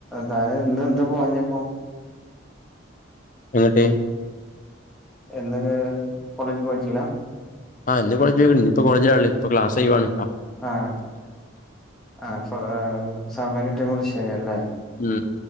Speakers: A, in the centre; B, on the left.
A: താന് ഇന്ന് എന്ത് പോഞ്ഞ ആ <unintelligible>
B: പിന്നട്ട
A: എന്ത കോളേജ് പോയിട്ടില്ല
B: ആഹ് കോളേജ പോയി ഇപ്പോ കോളേജില ആ ഇൊ ക്ലാസ ഒയ് വ് ആണ്
A: ആ ആപ്പ സമയം കിട്ടിയ കള ശല്ലേ
B: ഉം